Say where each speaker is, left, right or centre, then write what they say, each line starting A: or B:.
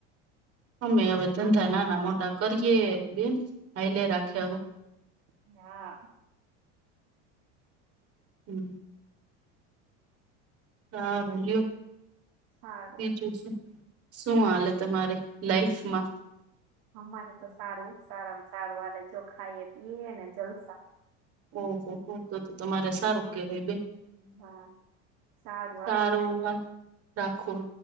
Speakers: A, on the right (about 40°); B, on the right (about 60°).
A: અમે હવે
B: હાલે
A: ધંધા નાના
B: રાખો
A: મોટા કરીએ બેન આ લે રાખે
B: હમ
A: હવે
B: હા
A: હમ હા રોલીિયો
B: હા
A: બીજું
B: <inaudible>
A: શું હાલે તમારે લાઈફમાં
B: અમારે તો સારું સારા સારું આ જો ખાઈએ પીએ ને જલસા
A: ઓહો હો તો તો તમારે સારું કેહેવાય બેન.
B: હા સારું
A: સારુ
B: હાલો
A: રાખું.